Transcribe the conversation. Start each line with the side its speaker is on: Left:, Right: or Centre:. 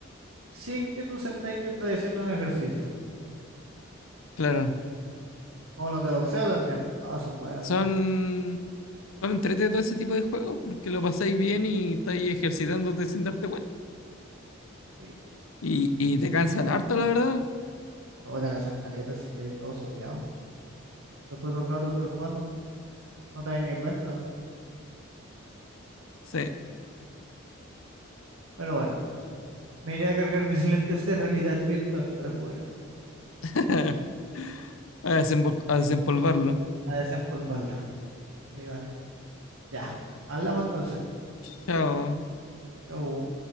Right: sin que tú sentáis que estás haciendo un ejercicio.
Left: claro.
Right: Como los de boxeo también. Ah, son buenos.
Left: Son, son entrete todo ese tipo de juegos porque lo pasáis bien y estáis ejercitándote sin darte cuenta.
Right: Sí,
Left: Y, y te cansan harto, la verdad.
Right: todos te cazan caletas, así que hay todos sopeados. Después de un rato estar jugando, no te das ni cuenta.
Left: Sí.
Right: Pero bueno, me iré a cargar mis <laughs> lentes de realidad virtual para jugar a,
Left: <laughs> A desempol- a desempolvarlo.
Right: <laughs> a desempolvarlo. Y dale, ya. Hablamos entonces.
Left: Chao.
Right: Chau.